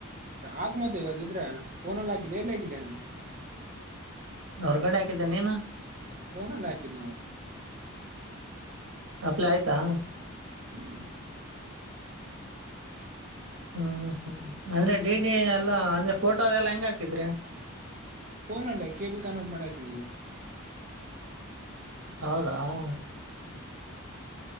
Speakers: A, on the right; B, on the right.
A: ಆಾಕ್ ಮತ್ತೆ ಇವದಿದ್ರೆ ಫನಲ್ಲಿ ಹಾಕಿದೆ ಎಲ್ಲಿ ಹೇಗಿದ್ದ ನಾನು
B: ಹೊರಗಡೆ ಹಾಕಿದ್ದೇನೆ ನೀನು
A: ಫೋಲ್ಲಿ ಹಾಕಿದ್ ನಾವು
B: ಆಲ ಆಯ್ತಾ
A: ಹ್ಮ್
B: ಹ್ಮ ಹ್ಮ ಅಂದ್ರೆ ಡಿ ಡಿ ಎಲ್ಲಾ ಅಂದ್ರೆ ಫೋಟೋದೆಲ್ಲಾ ಹೆಂಗ ಹಾಕಿದ್ರಿ
A: ಫೋನ್ ಅಲ್ಲ ಕೆ ಬಿ ಕನ್ವರ್ಟ್ ಮಾಡ ಹಾಕಿದವಿ
B: ಹೌದಾ ಹ
A: ಹ್ಮ್